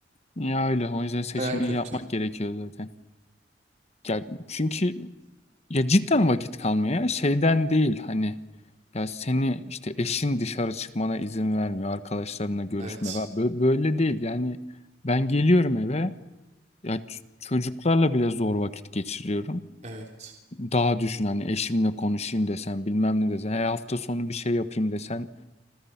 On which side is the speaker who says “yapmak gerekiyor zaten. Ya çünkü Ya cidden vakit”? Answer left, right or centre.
Left